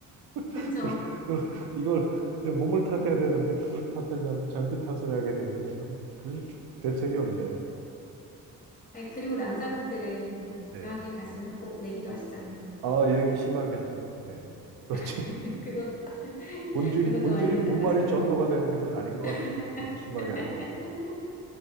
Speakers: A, on the right (about 60°); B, on the left (about 20°).
A: <laughs>
B: 그렇죠.
A: 이걸 제 몸을 탓해야 되는데 그걸 탓하지 않고 장비 탓을 하게 되니 참 그 대책이 없네요.
B: 그리고 남자분들은
A: 예.
B: 라운딩 가시면 꼭 내기도 하시잖아요.
A: 아, 얘기 심하게 하죠. 예. 그렇지.
B: <laughs> 그것, <laughs>
A: 본질이
B: 그것도
A: 본질이
B: 많이 된다고
A: 본말이
B: 하시던데.
A: 전도가 되는데 그건 아닌 것 같은데
B: <laughs>
A: 너무 심하게 하더라고.